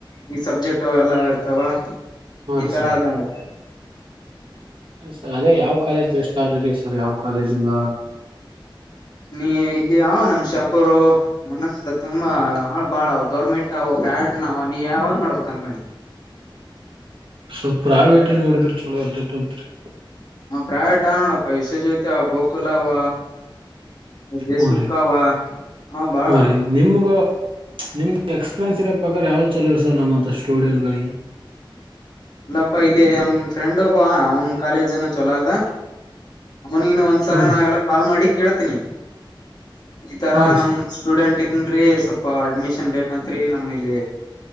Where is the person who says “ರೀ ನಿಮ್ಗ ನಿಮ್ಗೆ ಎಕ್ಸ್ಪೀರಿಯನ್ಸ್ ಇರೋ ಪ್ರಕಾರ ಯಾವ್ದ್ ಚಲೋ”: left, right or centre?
Right